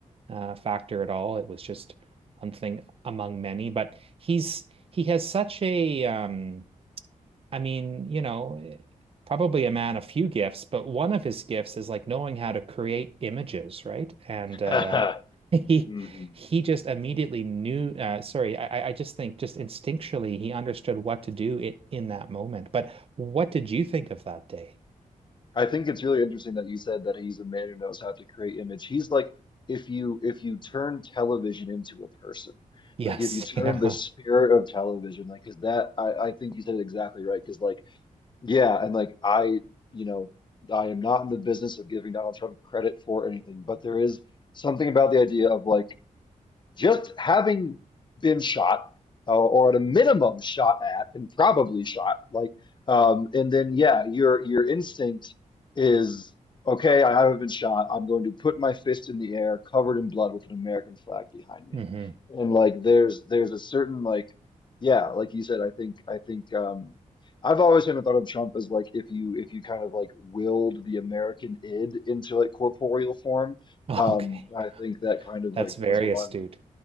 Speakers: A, on the right; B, on the left.
A: uh, factor at all. It was just one thing among many. But he's he has such a um, I mean, you know, probably a man of few gifts, but one of his gifts is like knowing how to create images, right? And
B: <laughs>
A: uh, <laughs> he
B: hmm
A: he just immediately knew. Uh, sorry, I I I just think just instinctually he understood what to do it in that moment. But what did you think of that day?
B: I think it's really interesting that you said that he's a man who knows how to create image. He's like if you if you turn television into a person,
A: Yes,
B: like if you turn
A: <laughs> yeah.
B: the spirit of television, like because that I I think you said it exactly right. Because like yeah, and like I you know I am not in the business of giving Donald Trump credit for anything, but there is something about the idea of like. just having been shot uh, or at a minimum shot at and probably shot like um and then yeah your your instinct is okay I haven't been shot I'm going to put my fist in the air covered in blood with an American flag behind me
A: hmm
B: and like there's there's a certain like yeah like you said I think I think um I've always kind of thought of Trump as like if you if you kind of like willed the American id into like corporeal form
A: Okay.
B: um I think that kind of
A: That's
B: like
A: very
B: goes along
A: astute.
B: with